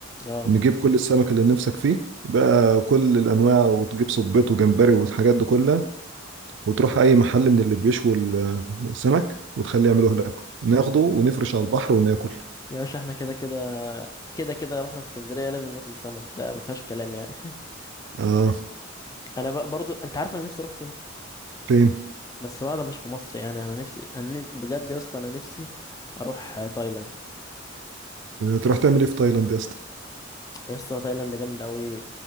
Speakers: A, on the left; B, on the right.
A: اه
B: نجيب كل السمك اللي نفسك فيه بقى كل الأنواع وتجيب صبيط وجمبري والحاجات دي كلها وتروح أي محل من اللي بيشوي السمك وتخليه يعملوه لك ناخده ونفرش على البحر وناكل
A: يا باشا احنا كده كده كده كده رحنا اسكندرية لازم ناكل سمك ده ما فيهاش كلام يعني <laughs>
B: اه
A: انا بقى برضو انت عارف انا نفسي اروح فين
B: فين
A: بس بقى ده مش في مصر يعني انا نفسي انا نفسي... بجد يا اسطى انا نفسي اروح آه، تايلاند
B: تروح تعمل ايه في تايلاند يا اسطى
A: يا اسطى تايلاند جامدة قوي